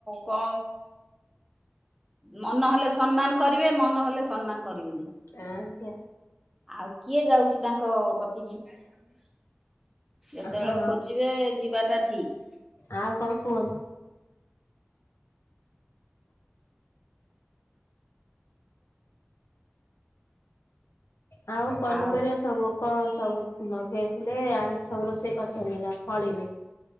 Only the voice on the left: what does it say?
ଆ ଆଜ୍ଞା-
ହଁ।
ଆଉ କଣ କୁହନ୍ତୁ? ଆଉ ପନିପରିବା
ସବୁ କଣ- ସ ମଗେଇଥିଲେ ଆ ସର ସେ କରି ଅଛନ୍ତି ନା ଖଆଳିିଲେ-